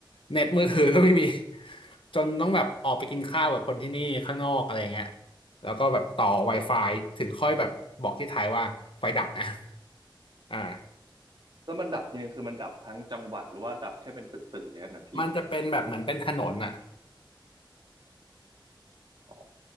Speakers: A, on the left; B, on the right.
A: เน็ตมือถือก็ไม่มีจนต้องแบบออกไปกินข้าวกับคนที่นี่ข้างนอกอะไรเงี้ยแล้วก็แบบต่อ Wi-Fi ถึงค่อยแบบบอกที่ไทยว่าไฟดับนะอ่า
B: แล้วมันดับทีนึงคือมันดับทั้งจังหวัดหรือว่าดับแค่เป็นตึกๆอย่างนั้นนะพี่
A: มันจะเป็นแบบเหมือนเป็นถนนอะ
B: อ๋อ